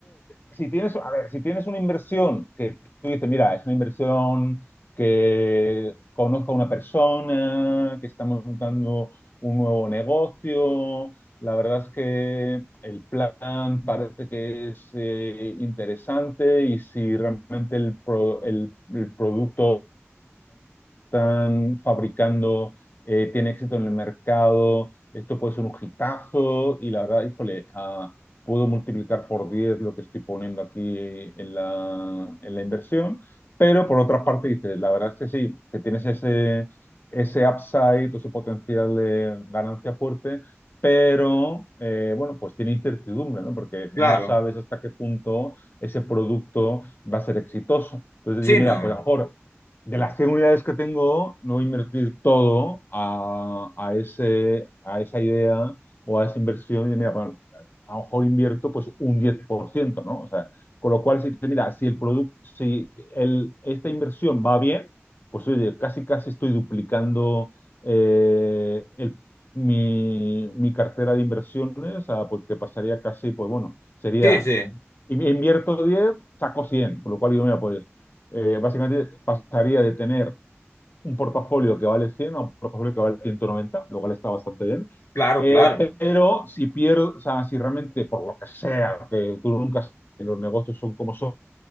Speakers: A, on the left; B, on the left.
A: si tienes, a ver, si tienes una inversión que tú dices, mira, es una inversión que conozco a una persona, que estamos montando un nuevo negocio, la verdad es que el plan parece que es eh, interesante y si realmente el, pro, el, el producto están fabricando eh, tiene éxito en el mercado, esto puede ser un hitazo y la verdad, híjole, ah, puedo multiplicar por 10 lo que estoy poniendo aquí eh, en la, en la inversión, pero por otra parte dices, la verdad es que sí, que tienes ese, ese upside, ese potencial de ganancia fuerte, pero eh, bueno, pues tiene incertidumbre, ¿no? Porque no
B: Claro.
A: sabes hasta qué punto ese producto va a ser exitoso. Entonces dices,
B: Sí, no.
A: mira, pues a lo mejor de las 100 unidades que tengo, no invertir todo a, a ese, a esa idea o a esa inversión. Y mira, pues, a lo mejor invierto pues un diez por ciento ¿no? O sea, con lo cual, si, mira, si el producto, si el, esta inversión va bien, pues oye, casi casi estoy duplicando eh, el- mi, mi cartera de inversiones, a, porque pasaría casi, pues bueno, sería
B: Sí, sí.
A: in- invierto diez saco cien con lo cual yo me apoyo eh, básicamente pasaría de tener un portafolio que vale 100 a un portafolio que vale ciento noventa lo cual está bastante bien.
B: Claro,
A: Eh,
B: claro.
A: pero si pierdo, o sea, si realmente por lo que sea, que tú nunca sabes, los negocios son como son,